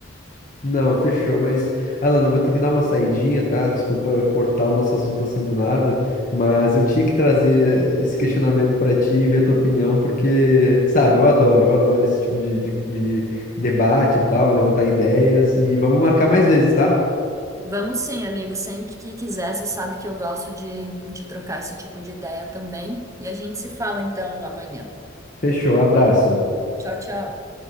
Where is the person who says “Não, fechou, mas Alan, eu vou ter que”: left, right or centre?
Left